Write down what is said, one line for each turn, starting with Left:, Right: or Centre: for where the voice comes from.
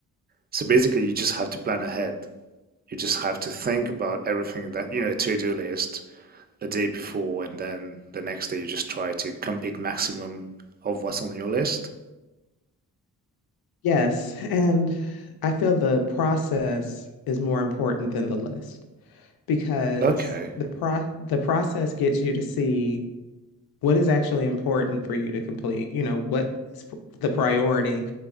Right: So basically you just have to plan ahead. You just have to think about everything that, you know, a to-do list a day before and then the next day you just try to complete maximum of what's on your list.
Left: Yes, and I feel the process is more important than the list because
Right: Okay.
Left: the pro the process gets you to see what is actually important for you to complete, you know, what is p- the priority